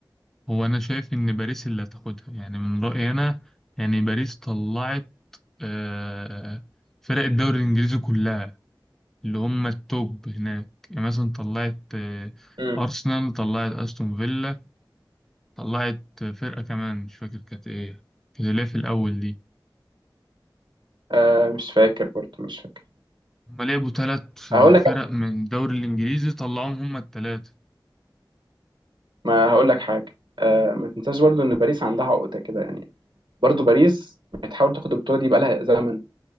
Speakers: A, in the centre; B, on the right.
A: هو انا شايف ان باريس اللي هتاخدها يعني من رايي انا يعني باريس طلعت آه، فرق الدوري الانجليزي كلها اللي هم التوب هناك يعني مثلا طلعت آه،
B: مم.
A: ارسنال طلعت استون فيلا طلعت آه، فرقه كمان مش فاكر كانت ايه كانت اللي هي في الاول دي
B: آه مش فاكر برضه مش فاكر
A: هم لعبوا ثلاث
B: هقول
A: فرق من الدوري الانجليزي طلعوهم هم الثلاثه
B: ما هقول لك حاجه آه ما تنساش برضو ان باريس عندها عقده كده يعني برضو باريس بتحاول تاخد البطوله دي بقالها زمن